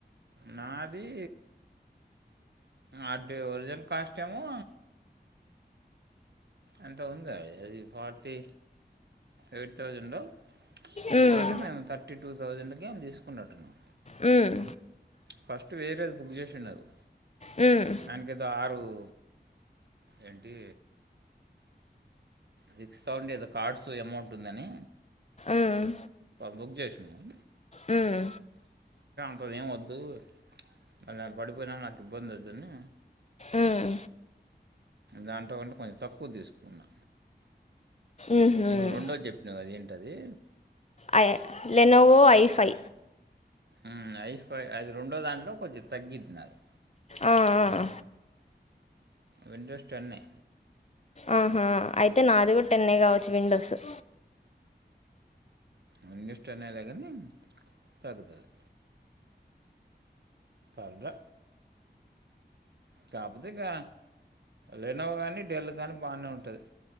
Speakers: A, on the right; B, on the left.
A: నాది అంటే ఒరిజన్ కాస్ట్ ఏమో అంత ఉంది అది ఫార్టీ ఎయిట్ థౌజండ్
B: మ్మ్,
A: ఎంతకంటే మేము థర్టీ టూ థౌజండ్కి తీసుకునిట్టున్నాం
B: మ్మ్
A: ఫస్ట్ వేరేది బుక్ చేసిండు అడు
B: మ్మ్,
A: దానికి ఏదో ఆరు రు ఏంటి సిక్స్ థౌసండ్ ఏదో కార్డ్స్ ఎమౌంట్ ఉందని
B: మ్మ్
A: బుక్ చేసినం
B: మ్మ్
A: ఇప్పుడు ఏం వద్దు మళ్ళ ఆమె పడిపోయినా నాకు ఇబ్బందైదని
B: ఉమ్
A: దాంట్లో అంటే కొంచెం తక్కువదీసుకున్నా
B: మ్మ్హ్మ్.
A: నువ్వు రెండోజెప్పినవ్ గద ఏం టది
B: అయ లెనోవో ఐ ఫై
A: ఉమ్ ఐ ఫై అది రెండో దాంట్లో కొంచెం తగ్గిద్ది నాది
B: ఆ ఆ
A: విండోస్ టెన్నే
B: ఆహా అయితే నాది కూడా టెన్నే కావచ్చు విండొ స
A: విండోస్ టెన్నే లే గనీ తగ్గుతది పర్ల కాపోతే గా లేనోవ్ గాని డెల్ గానీ బానే ఉంటది